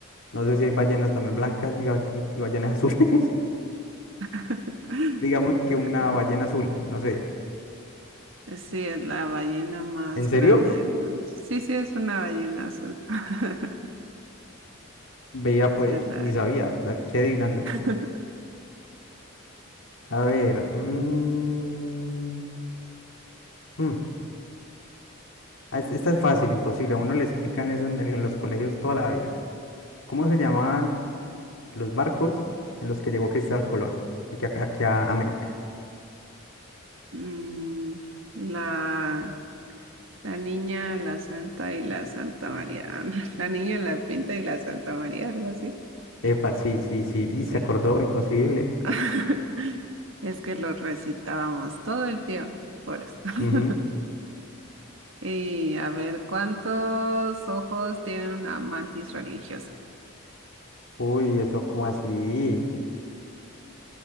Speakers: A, on the left; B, on the right.
A: No sé si hay ballenas también blancas y, ba- y- y ballenas azules. <laughs>
B: <laughs>
A: Digamos que una
B: Eh,
A: ballena azul, no sé.
B: Pues Sí, es la ballena más
A: ¿En serio?
B: grande del mundo. Sí, sí, es una ballena azul. <laughs>
A: Veía
B: Sí,
A: pues,
B: es la
A: ni
B: ballena.
A: sabía. Aquí adivinando.
B: <laughs>
A: A ver. mm, hmm, ah, es- Esta es fácil, imposible. A uno le explican eso en, el- en los colegios toda la vida. ¿Cómo se llamaban los barcos en los que llegó Cristóbal Colón? Aquí, a- aquí a América.
B: Mm, la, la niña, la santa y la Santa María. <laughs> Ah, no, La niña, la pinta y la Santa María, algo así.
A: Epa, sí, sí, sí. Y
B: Sí.
A: se acordó, imposible.
B: <laughs> Es que lo recitábamos todo el tiempo, por eso. <laughs>
A: Ujú.
B: Y a ver, ¿cuántos ojos tiene una mantis religiosa?
A: Uy, eso como así.